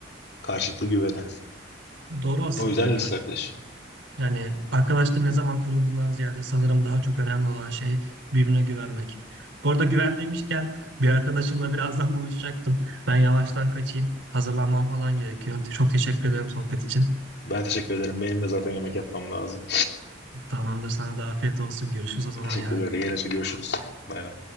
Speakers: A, on the left; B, on the right.
A: Karşılıklı güveni.
B: Doğru aslında
A: O yüzden
B: ya.
A: lise arkadaşı.
B: Yani arkadaşların ne zaman kurulduğundan ziyade sanırım daha çok önemli olan şey birbirine güvenmek. Bu arada güven demişken bir arkadaşımla birazdan <laughs> buluşacaktım. Ben yavaştan kaçayım. Hazırlanmam falan gerekiyor. Çok teşekkür ederim sohbet için.
A: Ben teşekkür ederim. Benim de zaten yemek yapmam lazım.
B: Tamamdır sana da afiyet olsun. Görüşürüz o zaman
A: Teşekkürler.
B: yarın.
A: Yine görüşürüz. Bay bay.